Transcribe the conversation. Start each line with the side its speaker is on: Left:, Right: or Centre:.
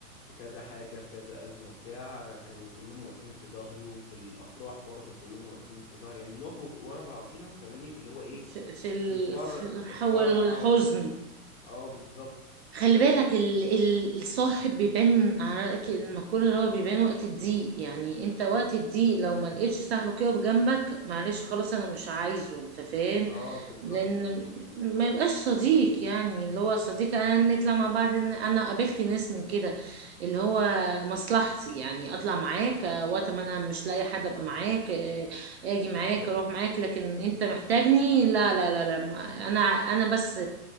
Left: في كذا حاجه في كذا ازمه بتاع كانوا كلهم واقفين في ظهري وفي الافراح برضه كلهم واقفين في ظهري يعني بنقف ورا بعضينا فاهماني في اللي هو ايه
Right: في في ال-
Left: في الفر
Right: في الحول
Left: في الفرحة
Right: الحزن
Left: اه بالظبط
Right: خلي بالك
Left: يعني
Right: ال- ال- الصاحب بيبان عارف المقولة اللي هو بيبان وقت الضيق يعني انت وقت الضيق لو ما لقيتش صاحبك يقف جنبك معلش خلاص انا مش عايزه انت فاهم
Left: اه بالظبط
Right: لان
Left: يعني
Right: ما يبقاش صديق يعني اللي هو صديق انا نطلع مع بعض ان- انا قابلت ناس من كده اللي هو مصلحتي يعني اطلع معاك آه، وقت ما انا مش لاقي حد ابقى معاك آه، اجي
Left: بالظبط
Right: معاك اروح معاك لكن انت محتاجني لا لا لا لا ما- انا انا بس